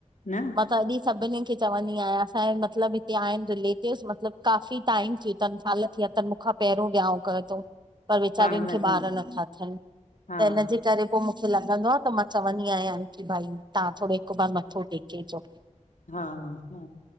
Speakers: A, on the left; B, on the right.
A: न
B: मां त अॼी सभिनीनि खे चवंदी आहियां, असांजे मतिलबु हिते आहिनि रिलेटिव्स मतिलबु काफ़ी टाइम थि तनि साल या त मुखां पहिरियों वियाांउं कयो थोउं। पर वेचारिनि
A: न
B: खे
A: थियनि
B: ॿार नथा थियनि
A: हा
B: त इन जे करे पोइ मुखे लॻंदो आ त मां चवंदी आहियां की भई तव्हां थोरो हिकु बार मथो टेके छो।
A: हा हा